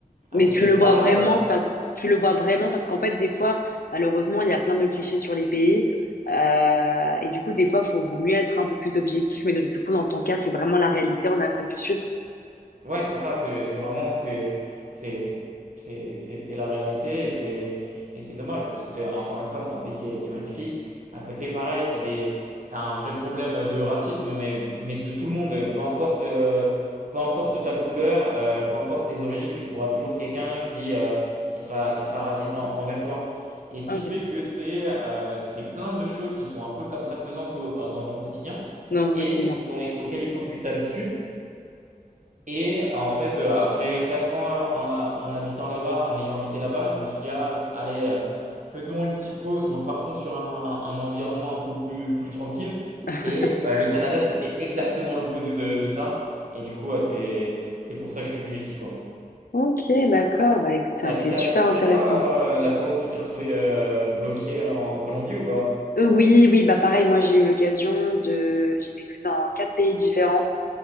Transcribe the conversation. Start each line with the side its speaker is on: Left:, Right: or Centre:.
Right: À
Left: Mais
Right: côté
Left: tu le
Right: de ça,
Left: vois vraiment parce tu le vois vraiment parce qu'en fait des fois malheureusement il y a plein de clichés sur les pays Euh, et du coup des fois faut vaut mieux être un peu plus objectif mais donc, du coup dans ton cas c'est vraiment la réalité en Afrique du Sud.
Right: Ouais, c'est ça, c'est c'est vraiment, c'est c'est- c'est- c'est- c'est la réalité et c'est et c'est dommage parce que c'est encore une fois, c'est un pays qui est, qui est magnifique. À côté, pareil, t'as des, t'as un vrai problème de racisme, mais, mais de tout le monde, peu importe, euh, peu importe ta couleur, euh, peu importe tes origines, tu trouveras toujours quelqu'un qui, euh, qui sera, qui sera raciste en- envers toi. Et ce
Left: Ok.
Right: qui fait que c'est euh, c'est plein de choses qui sont un peu comme ça pesantes au- dans ton quotidien
Left: Non,
Right: et
Left: aussi bien.
Right: dont, auxquelles il faut que tu t'habitues. Et en fait, euh, après 4 ans en, en habitant là-bas, en ayant habité là-bas, je me suis dit, ah, allez, euh, faisons une petite pause, repartons sur un, un environnement un peu plus, plus tranquille.
Left: <laughs>
Right: Et euh, le Canada, c'était exactement l'opposé de, de ça. Et du coup, euh, c'est, c'est pour ça que je suis venu ici, quoi.
Left: Ok, d'accord. Bah écoute, ça,
Right: T'as habité
Left: c'est super
Right: à l'étranger,
Left: intéressant.
Right: toi, à part euh, la fois où tu t'es retrouvé euh, bloqué en Colombie ou pas?
Left: <laughs> Oui, oui, bah pareil, moi j'ai eu l'occasion de... J'ai vécu dans quatre pays différents.